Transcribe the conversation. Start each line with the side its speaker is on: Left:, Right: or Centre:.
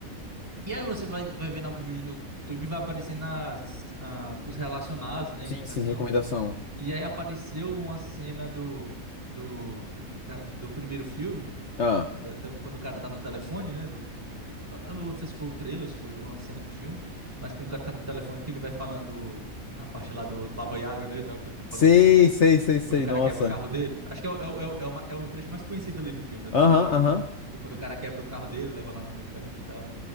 Right: E aí você vai, vai vendo algum vídeo no YouTube e vai aparecendo as, as- os relacionados, né?
Left: sim,
Right: Indicação.
Left: sim, recomendação.
Right: E aí apareceu uma cena do, do, da- do primeiro filme.
Left: Ah,
Right: da- da- quando o cara tá no telefone, né? Do, do- eu não sei se foi o trailer, se foi uma cena do filme, mas quando o cara tá no telefone que ele vai falando a parte lá do, do Baba Yaga, né? E tal, que ele tá falando
Left: sei,
Right: do.
Left: sei, sei, sei,
Right: Quando o cara
Left: nossa.
Right: quebra o carro dele. Acho que é, o- é, o- é, o é o ma- é o trecho mais conhecido ali do filme, né? Do
Left: Aham,
Right: primeiro filme.
Left: aham.
Right: E quando o cara quebra o carro dele, leva lá na mecânica e tal.